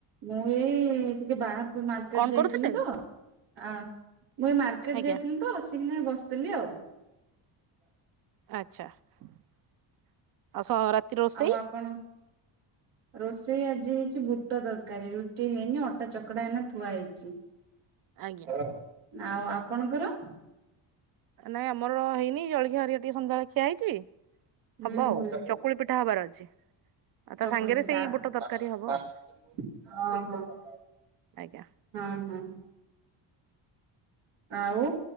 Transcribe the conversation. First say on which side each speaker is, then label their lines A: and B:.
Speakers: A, on the right; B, on the right.
A: ମୁଁ ଏ ଏଇ ଟିକେ ବାହାରକୁ ମାର୍କେଟ
B: କଣ
A: ଯାଇଥିଲି
B: କରୁଥିଲେ?
A: ତ ଆଃ। ମୁଁ ଏଇ ମାର୍କେଟ
B: ଆଜ୍ଞା
A: ଯାଇଥିଲି ତ ଆସିକିନା ଏଇ ବ ଆସୁଥିଲି ଆଉ
B: ଆଚ୍ଛା। <inaudible> ଆଉ ସ ରାତି ରୋଷେଇ?
A: ଆଉ ଆପଣ ରୋଷେଇ ଆଜି ହେଇଛି ବୁଟ ଦରକାରୀ ରୁଟି ହେଇନି ଅଟା ଚକଡା ହେଇକିନା ଥୁଆ ହେଇଛି
B: ଆଜ୍ଞା
A: ହଁ। ଆଉ ଆପଣଙ୍କର?
B: ନାଇଁ ଆମର ହେଇନି ଜଳଖିଆ ହେରିିକା ଟିକେ ସନ୍ଧ୍ୟାବେଳେ ଖିଆ ହେଇଛି
A: ହୁଁ
B: ହବ ଆଉ
A: ହୁଁ
B: ଚକୁଳି ପିଠା ହବାର ଅଛି ଆଉ ତା
A: ଚକୁଳି
B: ସାଙ୍ଗରେ
A: ପିଠା
B: ସେଇ ବୁଟ ତରକାରୀ ହବ
A: ଓ
B: ଆଉ
A: ହୋ ହ
B: ଆଜ୍ଞା
A: ହ। ଆଉ